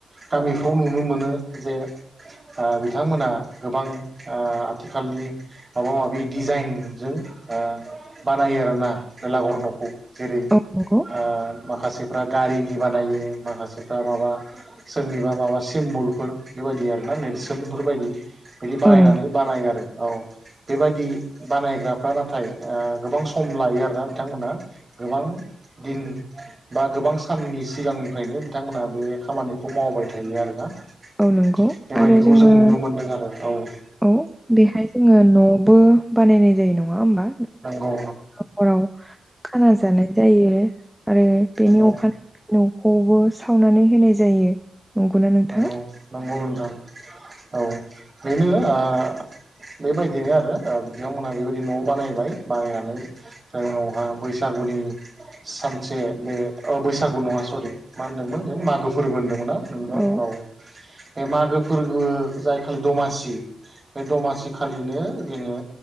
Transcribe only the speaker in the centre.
औ नंगौ
औ नोंथां
औ नंगौ आरो जोङो
औ बेहाय जोङो न'बो बानायनाय जायो नङा होमबा।
नखराव खाना जानाय जायो आरो बेनि
अखानायै न'खौबो सावनानै होनाय जायो। नंगौना नोंथां
औ